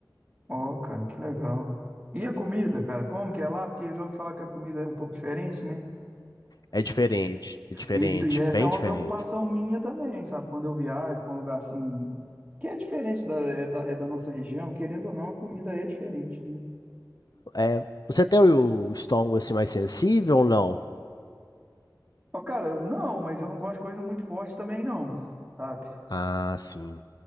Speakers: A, on the right (about 15°); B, on the left (about 60°).
A: Ó, cara, que legal. E a comida, cara, como que é lá? Porque eu já ouvi falar que a comida é um pouco diferente, né?
B: É diferente, é diferente,
A: E, e essa
B: bem
A: é uma
B: diferente.
A: preocupação minha também, sabe? Quando eu viajo para um lugar assim, que é diferente da, é da, é da nossa região, querendo ou não, a comida é diferente, né?
B: É, você tem o estômago assim mais sensível ou não?
A: Ó, cara, não, mas eu não gosto de coisa muito forte também, não, sabe?
B: Ah, sim.